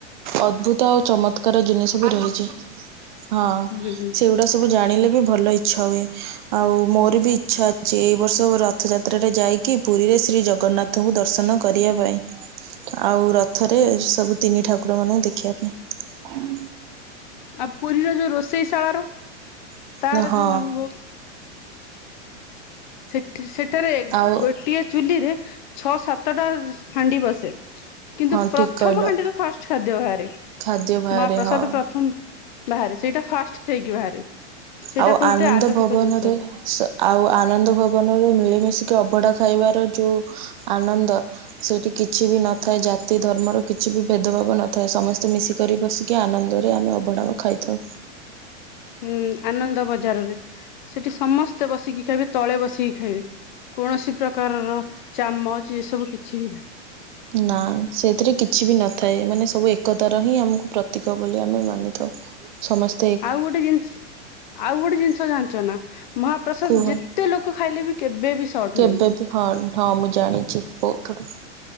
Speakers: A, on the right; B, on the left.
A: ଅଦ୍ଭୁତ ଆଉ ଚମତ୍କା କାର ଜିନିଷ ବି ରହିଛି। ହଁ,
B: ହୁଁ ହୁଁ
A: ସେଗୁଡା ସବୁ ଜାଣିଲେ ବି ଭଲ ଇଚ୍ଛା ହୁଏ ଆଉ ମୋର ବି ଇଚ୍ଛା ଅଛି, ଏଇ ବର୍ଷ ରଥଯାତ୍ରାରେ ଯାଇକି ପୁରୀରେ ଶ୍ରୀ ଜଗନ୍ନାଥ ନ୍ନାଥଙ୍କୁ ଦର୍ଶନ କରିଆ ପାଇଁ ଆଉ ରଥ ଥରେ ସବୁ ତିନି ଠାକୁରମାନଙ୍କୁ ଦେଖିଆ ପାଇଁ।
B: ଆଉ ପୁରୀର ଯୋଉ ରୋଷେଇଶାଳାର,
A: ପାଇଁ
B: ତାର
A: ହଁ
B: ଯୋଉ ଅନୁଭବ ସେଠି-ସେଠାରେ
A: ଆଉ
B: ଗୋଟିଏ ଚୁଲିରେ ଛଅ, ସାତଟା ହାଣ୍ଡି ବସେ। କିନ୍ତୁ
A: ହଁ
B: ପ୍ରଥମ
A: ଠିକ୍ କହିଲ
B: ହାଣ୍ଡିରୁ ଫାଷ୍ଟ ଖାଦ୍ୟ ବାହାରେ,
A: ଖାଦ୍ୟ ବାହାରେ
B: ମହାପ୍ରସାଦ
A: ହଁ
B: ପ୍ରଥମ। ବାହାରେ, ସେଇଟା ଫାଷ୍ଟ ହେଇକି ବାହାରେ, ସେଇଟା
A: ଆଉ
B: ଗୋଟେ
A: ଆନନ୍ଦ
B: ଆଲୌକିକ
A: ଭବନରେ
B: ଜିନିଷ।
A: ଆଉ ଆନନ୍ଦ ଭବନରେ ମିଳିମିଶିକି ଅବଢ଼ା ଖାଇବାର ଯୋଉ ଆନନ୍ଦ! ସେଇଠି କିଛି ବି ନଥାଏ। ଜା ତି ଧର୍ମର କିଛି ବି ଭେଦଭାବ ନଥାଏ, ସମସ୍ତେ ମିଶିକରି ବସିକି ଆନନ୍ଦରେ ଆମେ ଅବଢ଼ା ଖାଇଥାଉ।
B: ହୁଁ, ଆନନ୍ଦ ବଜାରରେ, ସେଠି ସମସ୍ତେ ବସିକି ଖାଇବେ, ତଳେ ବସିକି ଖାଇବେ। କୌଣସି ପ୍ରକାରର ଚାମଚ ଏସବୁ କିଛିବି ନାହିଁ।
A: ନା, ସେଥିରେ କିଛି ବି ନଥାଏ ମାନେ ସବୁ ଏକତାର ହିଁ ଆମକୁ ପ୍ରତୀକ ବୋଲି ଆମେ ମାନିଥାଉ। ସମସ୍ତେ
B: ଆଉ ଗୋଟେ ଜିନିଷ, ଆଉ ଗୋଟେ ଜିନିଷ ଜାଣିଛ ନା? ମହାପ୍ରସାଦ
A: କୁହ
B: ଯେତେ ଲୋକ ଖାଇଲେବି କେବେବି ସଟ
A: କେବେ
B: ହୁଏନି।
A: ବି ହଁ, ହଁ ମୁଁ ଜାଣିଛି ବହୁଥର